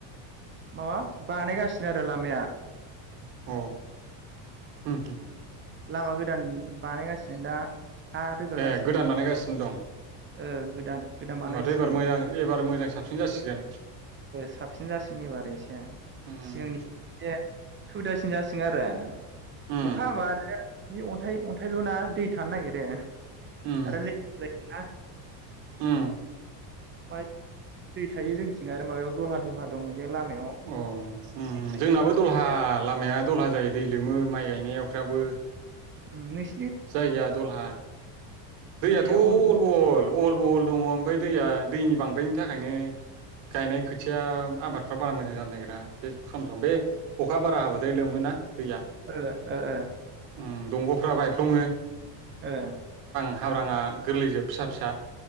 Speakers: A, on the right; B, on the right.
A: माबा बानायगासिनो आरो लामाया
B: अ ओम-ओम
A: लामा गोदान बानायगासिनो दा हा रोगागासिनो
B: ए गोदान बानायगासिनो दं
A: ओ गोदान गोदान
B: होमबाथ'
A: बानायसिगोन
B: एबार मोजां एबार मोजां साबसिन जासिगोन
A: साबसिन जासिगोन एबार एसे
B: उम
A: सिगांनि एसे सुबिदासिन जासिगोन आरो
B: उम
A: अखा हाबा आरो बे अन्थाइ अन्थाइल' ना दै थानो नागिरो आरो
B: उम
A: <unintelligible> <unintelligible>
B: उम
A: ओफ्राय दै थायो जोंथिं आरो माबायाव दलहा -दलहा दं लामायाव
B: अ ओ
A: दै थायो
B: जोंनाबो दलहा
A: बे
B: लामाया दलहा जायो दै लोमो माइ गायनायावफ्राबो
A: ओमलै
B: जायगाया दलहा दैयाथ'
A: दैया
B: अल
A: अहल
B: बहल अल बहल दङ ओमफ्राय दैया दैनि बांद्रायनि थाखायनो गायनाय खोथिया आबादफ्रा बारा मोजां जानो नागिरा सम-सम बे अखा बारा हाबाथाय लोमोना दैया
A: ओ-ओ
B: ओम दंग'फ्राब बाय खुङो
A: ओ
B: हाब्राआ गोरलैजोब फिसा फिसा